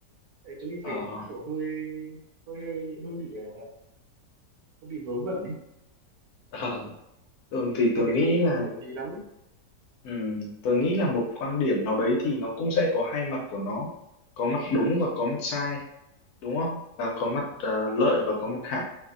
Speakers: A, on the right; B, on the left.
A: Tại Tuấn đi
B: Ờ,
A: thấy nó kiểu hơi hơi hơi, hơi bị ờ, hơi bị vớ vẩn ấy,
B: ờ. Tường
A: hơi bị
B: thì
A: hơi
B: tường
A: bị
B: nghĩ
A: không
B: là
A: không hợp lý lắm ấy,
B: ừ, tường nghĩ là một quan điểm nào đấy thì nó cũng sẽ có hai mặt của nó có mặt đúng và có mặt sai đúng không và có mặt ờ, lợi và có mặt hại